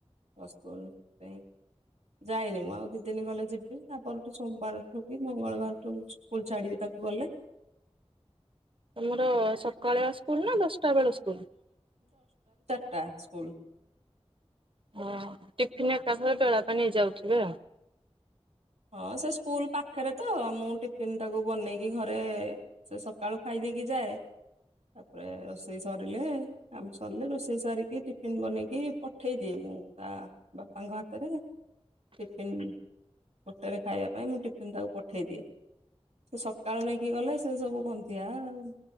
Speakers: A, on the right; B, on the right.
A: ସେଥି ପାଇଁ ଯାଇନି ମୁଁ ଆଉ ଦିଦିନି ଗଲେ ଯିବି ତାପରଠୁ ସୋମବାରଠୁ ବି ମଙ୍ଗଳବାରଠୁ ସ୍କୁଲ ଛାଡିବି ତାକୁ ଗଲେ।
B: ତମର ସ ସକାଳୁଆ ସ୍କୁଲ ନା ଦଶଟା ବେଳ ସ୍କୁଲ?
A: ଟା ସ୍କୁଲ୍।
B: ହଁ ଟିଫିନ ଏକା ଥରକେ ବେଳକ ନେଇ ଯାଉଥିବେ ଆଉ।
A: ହଁ ସେ ସ୍କୁଲ ପାଖରେ ତ ମୁଁ ଟିଫିିନ ଟାକୁ ବନେଇକି ଘରେ ସେ ସକାଳୁ ଖାଇ ଦେଇେଇକି ଯାଏ ତାପରେ ରୋଷେଇ ସରିଲେ କାମ ସରିଲେ ରୋଷେଇ ସାରିକି ଟିଫିିନ ବନେଇକି ପଠେଇ ଦିଏ ମୁଁ ତା ବାପାଙ୍କ ହାତରେ। ଟିଫିନ୍ ଗୋଟେରେ ଖାଇବା ପାଇଁ ମୁଁ ଟିଫିନ ଟାକୁ ପଠେଇ ଦିଏ ସେ ସକାଳୁ ନେଇକି ଗଲେ ସେ ସବୁ ଗାନ୍ଧିଆ ଆଉ